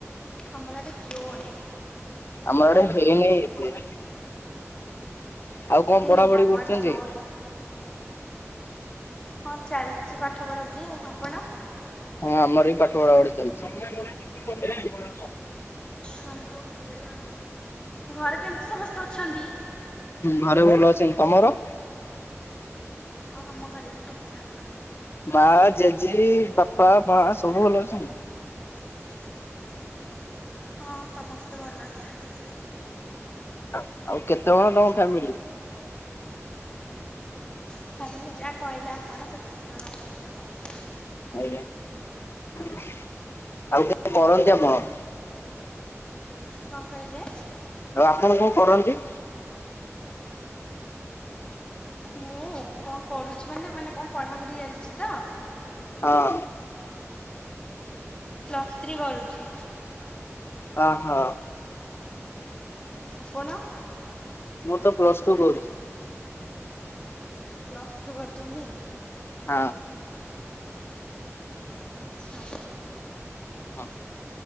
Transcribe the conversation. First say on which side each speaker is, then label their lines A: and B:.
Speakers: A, on the left; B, on the left.
A: ଆମର ଆଡ଼େ ଜୋରରେ
B: ଆମ ଆଡେ ହେଇନି କିଛି। ଆଉ
A: ଏତେ
B: କଣ
A: ହେଇନି
B: ପଢାପଢି
A: ଆମ
B: କରୁଛନ୍ତି?
A: ଆଡ଼େ ଜୋର ହଁ ଚାଲିଛି ପାଠପଢ଼ା ପଢ଼ି ଆଉ ଆପଣ?
B: ହଁ ଆମର ପାଠ ପଢ଼ା ପଢ଼ି ଚାଲିଛି।
A: ହଁ ଘରେ କେମିତି ସମସ୍ତେ ଅଛନ୍ତି?
B: ଘରେ ଭଲ ଅଛନ୍ତି ତମର?
A: ଆଉ ଆମ ଘରେ ବି ଠିକ୍ ଠାକ୍।
B: ମାଆ ଜେଜେ ବାପା ମାଆ ସବୁ ଭଲ ଅଛନ୍ତି।
A: <inaudible> ହଁ ସମସ୍ତେ ଭଲ ଅଛନ୍ତି।
B: ଆଉ କେତେ ଜଣ ତମ ଫ୍ୟାମିଲି?
A: ଫ୍ୟାମିଲି ଯାହା କହିଲେ ଆପଣ ସେତିକି ଜଣ ଅଛନ୍ତି ଆଉ।
B: ଆଜ୍ଞା ଆଉ କଣ କରନ୍ତି ଆପଣ?
A: କଣ କହିଲେ?
B: ଆଉ ଆପଣ କଣ କରନ୍ତି?
A: ମୁଁ କଣ କରୁଛି ମାନେ ମାନେ କଣ ପଢାପଢ଼ି ଚାଲିଛି ତ?
B: ହଁ।
A: ପ୍ଲସ୍ ଥ୍ରୀ କରୁଛି।
B: ଅହୋ।
A: ଆପଣ?
B: ମୁଁ ତ ପ୍ଲସଟୁ କରୁଛି।
A: ପ୍ଲଷ୍ଟ ଟୁ କରିୁଛନ୍ତି
B: ହଁ।
A: ହଁ।
B: ହ